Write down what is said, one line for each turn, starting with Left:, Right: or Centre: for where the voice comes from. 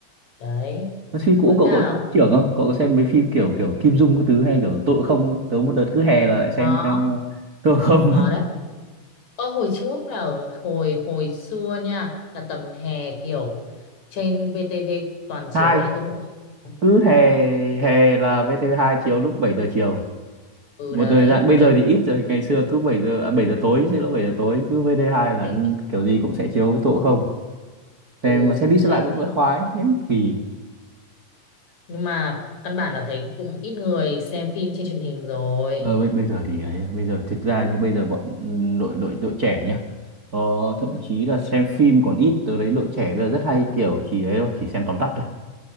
Left: đấy
Right: Thế phim cũ
Left: với
Right: cậu
Left: cả
Right: có trưởng không cậu có xem mấy phim kiểu kiểu Kim Dung cái thứ hay kiểu tội không không? tớ một đợt cứ hè là lại xem
Left: có
Right: xem ờ, tội không
Left: có đấy Ờ, hồi trước là ở hồi hồi xưa nha là tầm hè kiểu trên VTV
Right: <laughs>
Left: toàn chiếu
Right: hai
Left: lại Tôn Ngộ Không
Right: cứ hè hè là VTV2 chiếu lúc 7 giờ chiều
Left: ừ
Right: một
Left: đấy
Right: thời gian bây
Left: bảy
Right: giờ thì ít rồi ngày xưa cứ 7 giờ à, 7 giờ tối sẽ là 7 giờ tối cứ vt hai là
Left: bây giờ
Right: kiểu gì cũng sẽ chiếu tội không
Left: ừ
Right: xem mà xem đi xem
Left: thấy
Right: lại vẫn vẫn khoái thế mới kỳ
Left: nhưng mà căn bản là thấy cũng ít người xem phim trên truyền hình rồi
Right: ờ bây, bây giờ thì ấy à, bây giờ thực ra như bây giờ bọn ừm, đội đội đội trẻ nhá ờ, thậm
Left: ừ,
Right: chí là xem phim còn ít tới đấy đội trẻ bây giờ rất hay kiểu chỉ ấy thôi chỉ xem tóm tắt thôi